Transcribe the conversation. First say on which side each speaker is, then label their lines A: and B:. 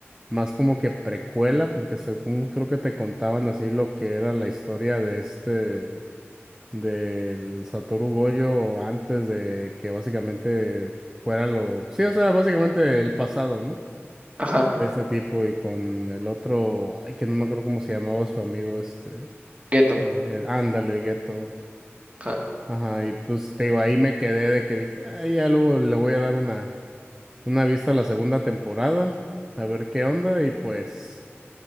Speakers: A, on the right; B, on the right.
A: más como que precuela porque según creo que te contaban así lo que era la historia de este del Satoru Gojo antes de que básicamente fuera lo, sí, o sea, básicamente el pasado, ¿no?
B: Ajá.
A: De este tipo y con el otro, ay, que no me acuerdo cómo se llamaba su amigo, este,
B: Ghetto,
A: eh, ándale, gueto
B: Ajá.
A: Ajá, y pues te digo, ahí me quedé de que dije, ah ya luego le voy a dar una, una vista a la segunda temporada, a ver qué onda, y pues,